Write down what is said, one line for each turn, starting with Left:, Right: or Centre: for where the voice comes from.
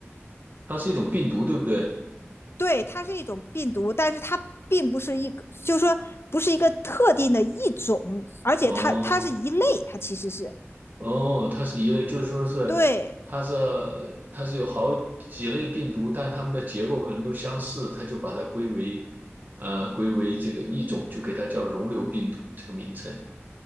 Right: 它是一种病毒，对不对？
Left: 对，它是一种病毒，但是它并不是一个，就是说不是一个特定的一种，而且它它是一类，
Right: 哦，
Left: 它其实是
Right: 哦，它是一类，就是说是它是
Left: 对，
Right: 它是有好几类病毒，但它们的结构可能都相似，它就把它归为呃归为这个一种，就给它叫溶瘤病毒这个名称。